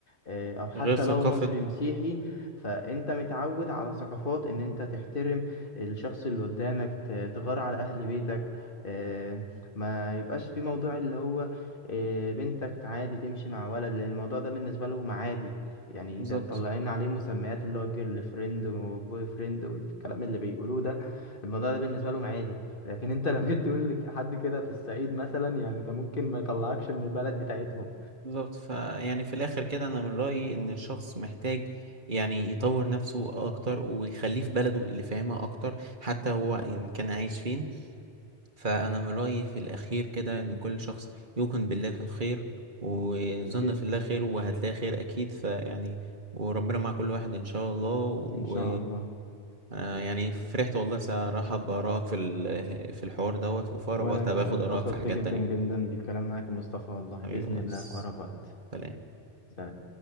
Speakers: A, on the left (about 50°); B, on the right (about 45°).
A: آه، او حتى
B: غير ثقافة
A: لو مصري مسيحي فانت متعود على ثقافات ان انت تحترم الشخص اللي قدامك ت- تغار على اهل بيتك آه، ما يبقاش في موضوع اللي هو آه، بنتك عادي تمشي مع ولد لان الموضوع ده بالنسبة لهم عادي يعني
B: بالظبط
A: ده مطلعين عليه مسميات اللي هو الجيرل فريند وبوي فريند والكلام اللي بيقولوه ده الموضوع ده بالنسبة لهم عادي لكن انت <laughs> لو جيت تقول لحد كده في الصعيد مثلا يعني ده ممكن ما يطلعكش من البلد بتاعتهم
B: بالظبط فيعني في الاخر كده انا من رأيي ان الشخص محتاج يعني يطور نفسه اكتر ويخليه في بلده اللي فاهمها اكتر حتى هو ان كان عايش فين فانا من رأيي في الاخير كده ان كل شخص يوقن بالله في الخير وظن
A: أكيد
B: في الله خير وهتلاقي خير اكيد فيعني وربنا مع كل واحد ان شاء الله و
A: إن شاء الله
B: آه، يعني فرحت والله صراحة بآرائك في ال- في الحوار دوت وفي أقرب
A: وانا
B: وقت
A: ج-
B: هباخد
A: اتبسطت
B: آرائك في حاجات
A: جدا
B: تانية
A: جدا بالكلام معاك يا مصطفى والله
B: حبيبي
A: بإذن
B: والله
A: الله
B: بس
A: في أقرب وقت
B: سلام
A: سلام